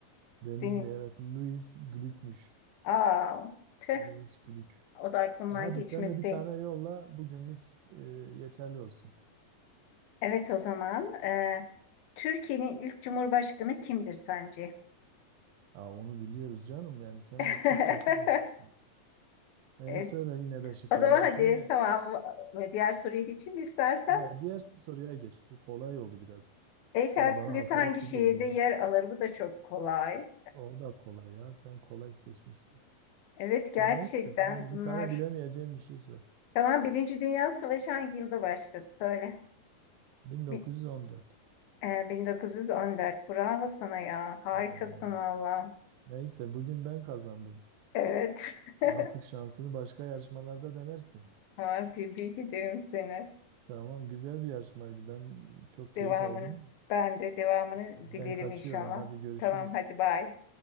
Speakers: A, on the right (about 80°); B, on the left (about 85°).
A: Denizli
B: Deniz.
A: evet. Louis Glück'müş.
B: Aa, tüh,
A: Louis Glück.
B: o da aklımdan
A: E hadi
B: geçmedi
A: sen de bir
B: değil.
A: tane yolla bugünlük e, yeterli olsun.
B: Evet o zaman e, Türkiye'nin ilk cumhurbaşkanı kimdir sence?
A: Aa, onu biliyoruz canım yani sen
B: <laughs>
A: de çok torpil geçmişsin. E,
B: E,
A: söyle yine de şıklar.
B: o zaman
A: Belki
B: hadi
A: de
B: tamam e, diğer soruya geçeyim mi istersen.
A: he, diğer soruya geç. Bu kolay oldu biraz.
B: Eyfel
A: Böyle bana
B: Kulesi
A: hakaret
B: hangi
A: gibi
B: şehirde
A: oldu ya.
B: yer alır? Bu da çok kolay.
A: O da kolay ya. Sen kolay seçmişsin.
B: Evet gerçekten
A: Neyse hani
B: bunlar.
A: bir tane bilemeyeceğim bir şey sor.
B: Tamam Birinci Dünya Savaşı hangi yılda başladı? Söyle.
A: 1914.
B: Bi- e, 1914. Bravo sana ya. Harikasın
A: Ee,
B: valla.
A: neyse bugün ben kazandım.
B: Evet. <laughs>
A: Artık şansını başka yarışmalarda denersin.
B: Ha, tebrik ederim seni.
A: Tamam güzel bir yarışmaydı. Ben çok keyif
B: Devamını.
A: aldım.
B: Ben de devamını
A: Ben
B: dilerim
A: kaçıyorum.
B: inşallah.
A: Hadi görüşürüz.
B: Tamam hadi bay.